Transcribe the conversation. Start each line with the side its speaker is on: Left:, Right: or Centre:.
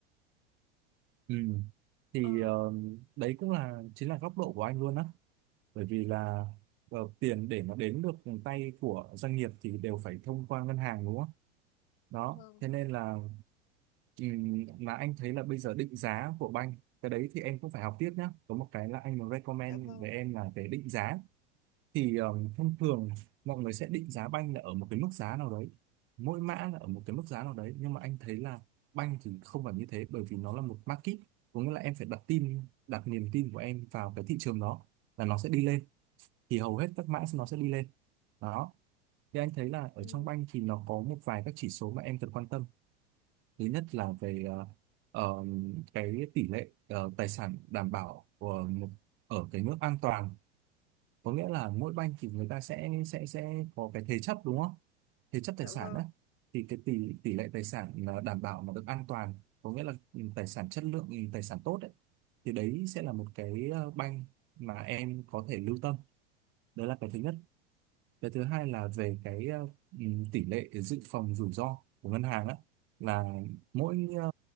Right: Ừ. Thì
Left: ờ
Right: ờ, đấy cũng là chính là góc độ của anh luôn á bởi vì là ờ, tiền để mà đến được tay của doanh nghiệp thì đều phải thông qua ngân hàng đúng không? Đó,
Left: dạ vâng
Right: thế nên là ừm, mà anh thấy là bây giờ định giá của banh cái đấy thì em cũng phải học tiếp nhá. Có một cái là anh muốn recommend
Left: dạ vâng
Right: với em là về định giá thì um, thông thường mọi người sẽ định giá banh là ở một cái mức giá nào đấy mỗi mã là ở một cái mức giá nào đấy nhưng mà anh thấy là banh thì không phải như thế bởi vì nó là một market có nghĩa là em phải đặt tin đặt niềm tin của em vào cái thị trường đó là nó sẽ đi lên thì hầu hết các mã nó sẽ đi lên đó thì anh thấy là ở
Left: ừ,
Right: trong banh thì nó có một vài các chỉ số mà em cần quan tâm thứ nhất là về ờ, ờ, cái tỷ lệ ờ, tài sản đảm bảo của một ở cái mức an toàn có nghĩa là mỗi banh thì người ta sẽ sẽ sẽ có cái thế chấp đúng không thế chấp tài
Left: dạ
Right: sản
Left: vâng
Right: đó thì cái tỷ tỷ lệ tài sản là đảm bảo mà được an toàn có nghĩa là ừ, tài sản chất lượng ừ, tài sản tốt đấy thì đấy sẽ là một cái ờ, banh mà em có thể lưu tâm đấy là cái thứ nhất cái thứ hai là về cái ờ, ừm, tỷ lệ dự phòng rủi ro của ngân hàng á là mỗi ờ,